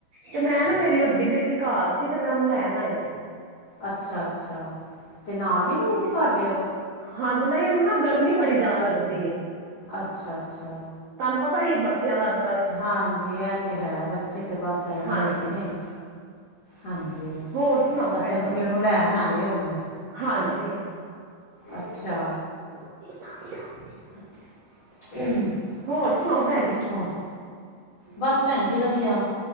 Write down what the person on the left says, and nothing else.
ਅੱਛਾ-ਅੱਛਾ ਤੇ ਨਾਲ ਨੀ ਗਈ ਸੀ ਤੁਆਡੇ ਓ?
ਅੱਛਾ-ਅੱਛਾ।
ਹਾਂਜੀ ਐ ਤੇ ਹੈ ਬੱਚੇ ਤੇ ਬਸ ਐਵੇ
ਈ ਹੈਗੇ ਨੇ। ਹਾਂਜੀ
ਅੱਛਾ
ਤੁਸੀਂ
ਓਨੂੰ ਲੈਣ ਆਏ ਓ ਹੁਣ।
ਅੱਛਾ।
<unintelligible>
ਹਾਂ। ਬਸ ਪੈਣ ਜੀ ਵਧੀਆ